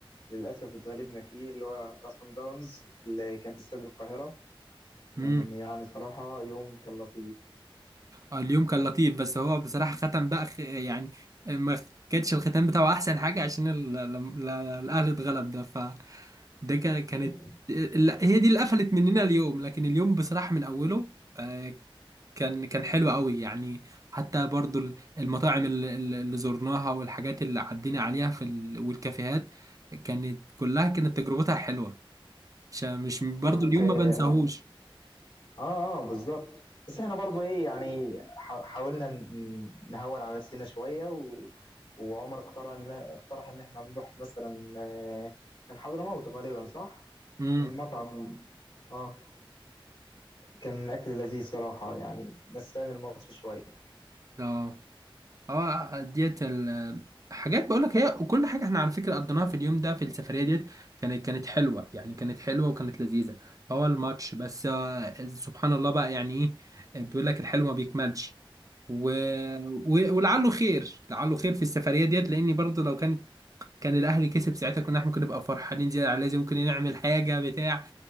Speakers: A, on the left; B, on the right.
A: للاسف اتغلبنا فيه اللي هو بتاع صن داونز اللي كان في استاد القاهره كان
B: امم
A: يعني صراحه يوم كان لطيف
B: اليوم كان لطيف بس هو بصراحة ختم بقى خ... يعني ما كانتش الختام بتاعه احسن حاجة عشان ال... لم- ل- الاهلي اتغلب ده فده كا- كانت
A: <laughs>
B: لا- هي دي اللي قفلت مننا اليوم لكن اليوم بصراحة من اوله آه، كان كان حلو قوي يعني حتى برضو ال- المطاعم ال- ال- اللي زرناها والحاجات اللي عدينا عليها في ال... والكافيهات كانت كلها كانت تجربتها حلوة مش مش
A: انت
B: برضو
A: شفت
B: اليوم
A: اه
B: ما بنساهوش
A: اه اه، بالظبط بس احنا برضو ايه يعني حا- حاولنا ن- نهون على نفسنا شويه و... وعمر اقترح ان اقترح ان احنا نروح مثلا آه، كان حضرموت غالبا صح؟
B: امم
A: كان مطعم اه كان أكل لذيذ صراحة يعني نساني الماتش شوية
B: اه اه ديت ال- حاجات بقول لك هي وكل حاجه احنا على فكره قضيناها في اليوم ده في السفريه ديت كانت كانت حلوه يعني كانت حلوه وكانت لذيذه هو الماتش بس آه، سبحان الله بقى يعني ايه بيقول لك الحلو ما بيكملش و... و... ولعله خير لعله خير في السفريه ديت لاني برضو لو كانت كان الاهلي كسب ساعتها كنا احنا ممكن نبقى فرحانين زياده على لازم ممكن نعمل حاجه بتاع